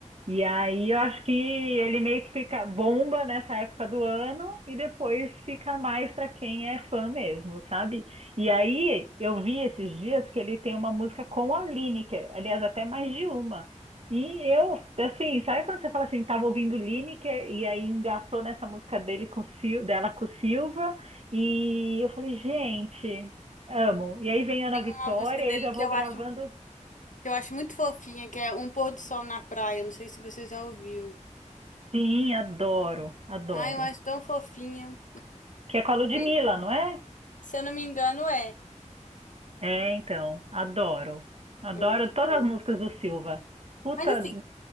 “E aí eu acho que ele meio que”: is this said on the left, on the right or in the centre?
Right